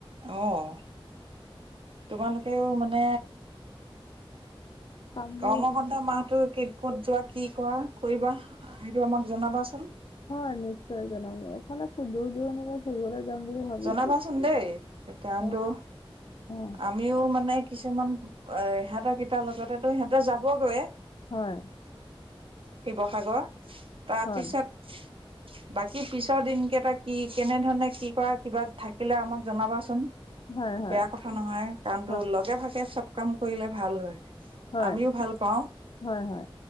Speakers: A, on the right (about 65°); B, on the left (about 60°).
A: অঁ, তোমালোকেও মানে
B: কামবোৰ
A: গৰমবন্ধ মাহটো কি ক'ত যোৱা, কি কৰা কৰিবা, সেইটো আমাক জনাবাচোন!
B: হয়, নিশ্চয় জনাম দিয়া, এফালে <unintelligible> দূৰনিলৈ ফুৰিবলৈ যাম বুলি ভাবিছি
A: জনাবাচোন দেই কাৰণতো
B: <unintelligible> অ, অ।
A: আমিও মানে কিছুমান, ইহঁতৰ কেইটাৰ লগতে সিহঁতো যাব গৈয়েই
B: হয়।
A: শিৱসাগৰ। তাৰ
B: হয়
A: পিছত বাকী, পিছৰ দিনকেইটা কি, কেনে ধৰণে কি কৰা কিবা থাকিলে আমাক জনাবাচোন!
B: হয় হয়
A: বেয়া কথা নহয়, কাৰণ
B: হয়
A: তো লগে-ভাগে চব কাম কৰিলে ভাল হয়।
B: হয়,
A: আমিও ভাল পাওঁ।
B: হয়, হয়।